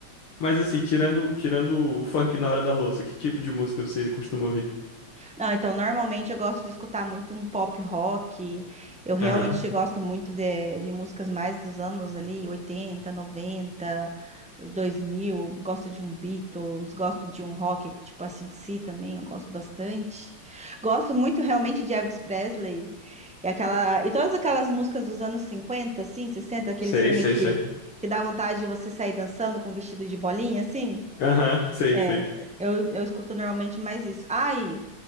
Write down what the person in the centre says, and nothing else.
Não, então normalmente eu gosto de escutar muito um pop rock. Eu realmente
gosto muito de, de músicas mais dos anos ali, oitenta, noventa, dois mil. Gosto de um Beatles, gosto de um rock, tipo a AC/DC também, eu gosto bastante. Gosto muito realmente de Elvis Presley e aquela e todas aquelas músicas dos anos 50, assim, 60. aquele
filme
que
que dá vontade de você sair dançando com um vestido de bolinha, assim.
É,
eu, eu escuto normalmente mais isso. Ai,